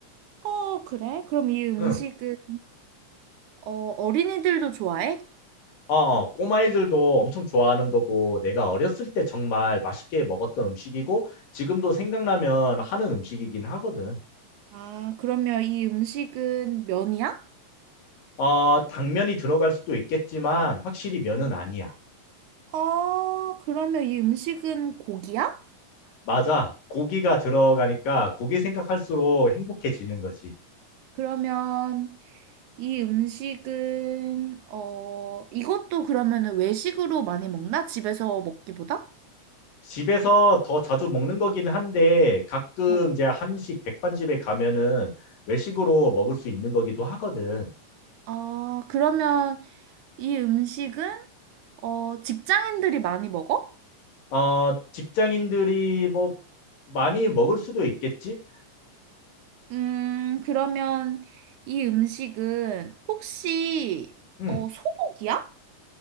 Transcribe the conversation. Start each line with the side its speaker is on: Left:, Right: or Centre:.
Right: 어 그래? 그럼 이 음식은
Left: 응.
Right: 어 어린이들도 좋아해?
Left: 어, 어, 꼬마애들도 엄청 좋아하는 거고, 내가 어렸을 때 정말 맛있게 먹었던 음식이고, 지금도 생각나면 하는 음식이긴 하거든.
Right: 아 그러면 이 음식은 면이야?
Left: 어, 당면이 들어갈 수도 있겠지만, 확실히 면은 아니야.
Right: 어, 그러면 이 음식은 고기야?
Left: 맞아. 고기가 들어가니까 고기 생각할수록 행복해지는 거지.
Right: 그러면 이 음식은, 어, 이것도 그러면은 외식으로 많이 먹나? 집에서 먹기보다?
Left: 집에서 더 자주 먹는 거긴 한데, 가끔
Right: 어.
Left: 이제 한식 백반집에 가면은 외식으로 먹을 수 있는 거기도 하거든.
Right: 아, 그러면 이 음식은, 어, 직장인들이 많이 먹어?
Left: 어, 직장인들이 뭐 많이 먹을 수도 있겠지?
Right: 음, 그러면 이 음식은 혹시,
Left: 음.
Right: 어, 소고기야?